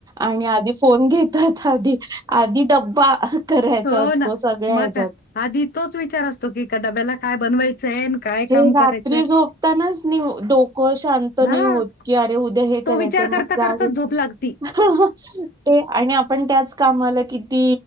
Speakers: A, on the right (about 20°); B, on the left (about 45°).
A: आणि आधी फोन घेतात आधी, आधी डब्बा करायचा
B: हो
A: असतो
B: ना
A: सगळ्या
B: मग
A: हच्यात.
B: काय आधी तोच विचार असतो की का डब्याला काय बनवायचंय आणि काय
A: हे
B: काम
A: रात्री
B: करायचंय
A: झोपतानाच नि डोकं शांत
B: हा
A: नाही होत की अरे उद्या हे
B: तो
A: करायचंय
B: विचार
A: मग
B: करता
A: जावेत
B: करता झोप लागती
A: हा हा ते आणि आपण त्याच कामाला किती